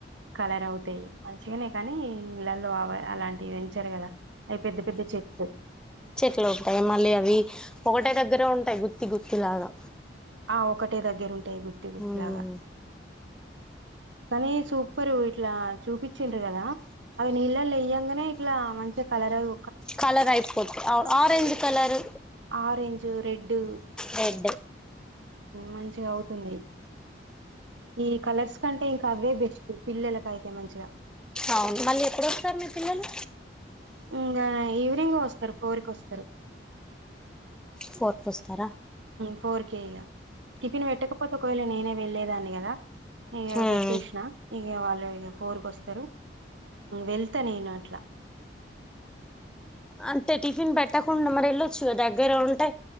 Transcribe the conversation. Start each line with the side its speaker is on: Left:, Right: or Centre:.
Right: కలర్ అవుతాయి మంచిగానే కానీ ఇండ్లలో అలాంటివి పెంచారు కదా అవి పెద్ద పెద్ద చెప్పు
Centre: చెట్లు ఉంటాయి మళ్ళీ అవి ఒకటే దగ్గర ఉంటాయి గుత్తి గుత్తి లాగా
Right: ఆ ఒక్కటే దగ్గర ఉంటాయి గుత్తి గుత్తి
Centre: ఉమ్
Right: లాగా కానీ సూపరు ఇట్లా చూపిచ్చురు కదా అవి నీళ్ళలు వెయ్యంగనే ఇట్లా మంచిగా కలరావ్
Centre: కలర్ అయిపోద్ది how orange colour
Right: orange red
Centre: red
Right: మంచిగా అవుతుంది ఈ కలర్స్ కంటే ఇంకా అవే బెస్ట్ పిల్లలకైతే మంచిగా
Centre: అవును మళ్ళీ ఎప్పుడొస్తారు మీ పిల్లలు
Right: ఇంకా ఈవినింగ్ వస్తారు ఫోర్ కొస్తారు
Centre: ఫోర్ కొస్తారా
Right: ఫోర్ కె ఇగ టిఫిన్ పెట్టకపోతే ఒకవేళ నేనే వెళ్లేదాన్ని కదా ఇగ
Centre: ఉమ్
Right: పెట్టేసిన ఇక వాళ్ళు ఇక ఫోర్ కొస్తారు వెళ్తా నేను అట్లా
Centre: అంటే టిఫిన్ పెట్టకుండా మరి వెళ్ళొచ్చు గా దగ్గర ఉంటే